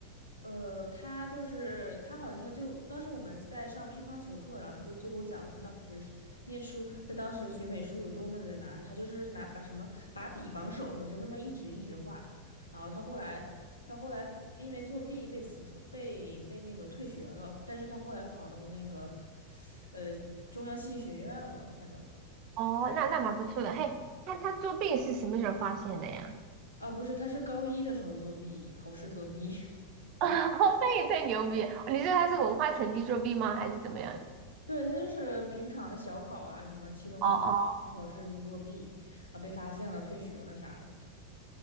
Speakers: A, on the left; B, on the right.
A: 呃，他就是他好像他就当时我们在上乒乓球课，然后他就就给我讲他当时是念书，他当时学美术有多么的难，他就是拿把什么把笔绑手上就那么一直一直画。然后他后来，他后来因为作弊被辞被被那个退学了，但是他后来考到那个，呃，中央戏剧学院了，反正
B: 哦，那那蛮不错的。嘿，那他作弊是什么时候发现的呀？
A: 啊不是，他是高一的时候作弊，考试作弊，<laughs>
B: <laughs>
A: 被
B: 那也太牛逼！你说他是文化成绩作弊吗？还是怎么样？
A: 对，他就是平常的小考啊，什么期中考期末考试就作弊，
B: 哦哦，
A: 然后被发现了，退学了啥的。